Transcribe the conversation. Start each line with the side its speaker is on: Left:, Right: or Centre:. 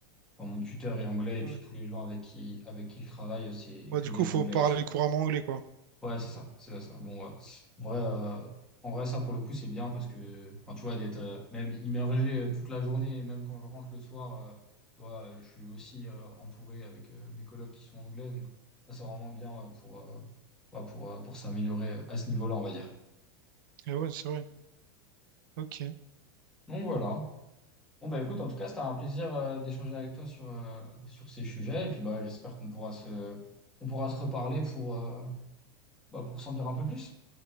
Centre: bon, mon tuteur est anglais et
Right: Ouais.
Centre: puis tous les gens avec qui, avec qui il travaille, euh, c'est
Right: Ouais,
Centre: que
Right: du
Centre: des
Right: coup faut
Centre: anglais
Right: parler
Centre: aussi.
Right: couramment anglais quoi.
Centre: Ouais, c'est ça, c'est ça, ça. Bon, euh, en vrai, euh, en vrai, ça, pour le coup, c'est bien parce que, enfin, tu vois, d'être euh, même immergé euh, toute la journée et même quand je rentre le soir, euh, tu vois, euh, je suis aussi euh, entouré avec euh, mes collègues qui sont anglais. Donc, ça, c'est vraiment bien euh, pour, euh, ouais, pour, euh, pour s'améliorer euh, à ce niveau-là, on va dire.
Right: Et ouais, c'est vrai. Ok.
Centre: Donc, voilà. Bon, bah écoute, en tout cas, c'était un plaisir euh, d'échanger avec toi sur, euh, sur ces sujets. Et puis, bah, j'espère qu'on pourra se, on pourra se reparler pour, euh, bah, pour s'en dire un peu plus.